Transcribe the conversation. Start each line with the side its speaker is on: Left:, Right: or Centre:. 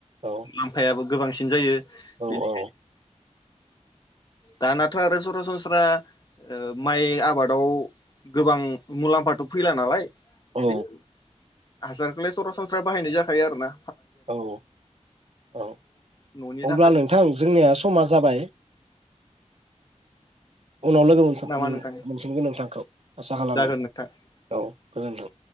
Right: औ
Left: मुलाम्फायाबो गोबांसिन जायो
Right: औ
Left: बेनि
Right: औ।
Left: दानाथ' आरो सरासनस्रा ओ माइ आबादाव गोबां मुलाम्फाथ' फैला नालाय बिदिनो
Right: औ
Left: हाजारखौलाय सरासनस्रा बाहायनाय जाखायो आरो ना?
Right: औ औ औ अब्ला
Left: न'नि थाखाय
Right: नोंथां जोंनिया समा जाबाय। उनाव लोगो मोन-मोनसिनगोन
Left: नामा नोंथां
Right: नोंथांखौ आसा खालामो
Left: जागोन नोंथां
Right: औ गोजोन्थों।